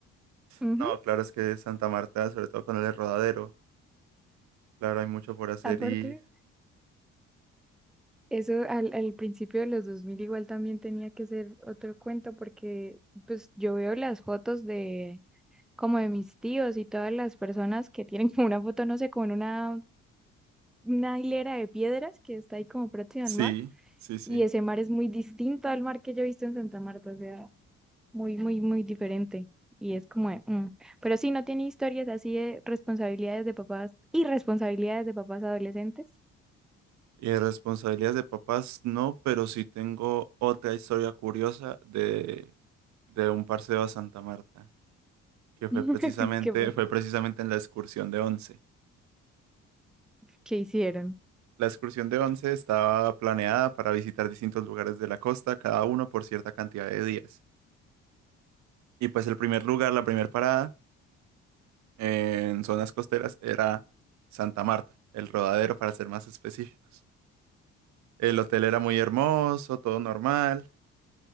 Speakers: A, in the centre; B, on the right (about 65°).
A: Ujú,
B: No, claro, es que Santa Marta, sobre todo con el rodadero, claro, hay mucho por hacer
A: Aparte,
B: y
A: Eso al, al principio de los 2000 igual también tenía que ser otro cuento porque pues yo veo las fotos de como de mis tíos y todas las personas que tienen <laughs> como una foto, no sé, como en una, una hilera de piedras que está ahí como próxima
B: sí,
A: al mar
B: sí, sí.
A: y ese mar es muy distinto al mar que yo he visto en Santa Marta, o sea, muy, muy, muy diferente y es como, de, mm. Pero sí, no tiene historias así de responsabilidades de papás y responsabilidades de papás adolescentes.
B: Y de responsabilidades de papás no, pero sí tengo otra historia curiosa de, de un parcero a Santa Marta, que fue
A: <laughs>
B: precisamente,
A: ¿Qué, pas-
B: fue precisamente en la excursión de Once.
A: qué hicieron?
B: La excursión de Once estaba planeada para visitar distintos lugares de la costa, cada uno por cierta cantidad de días. Y pues el primer lugar, la primera parada en zonas costeras era Santa Marta, el Rodadero para ser más específicos. El hotel era muy hermoso, todo normal.